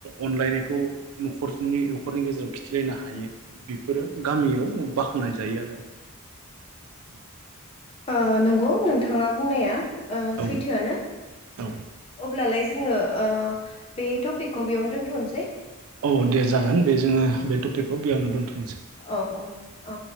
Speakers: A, on the right; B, on the left.
A: अनलायनायखौ न'खरनि न'खरनि गेजेराव खिथिलायनो हायो। बेफोरो गामियाव बाख्नाय जायो आरो दा ओ
B: ओ नंगौ नोंथाङा बुंनाया। ओ
A: औ
B: सैथोआनो
A: औ
B: अब्लालाय जों आङो ओ बे टपिकखौ बेयावनो दोनथ'नोसै।
A: औ दे जागोन बे जोङो बे टपिकखौ बियावनो दोनथ'
B: औ अ औ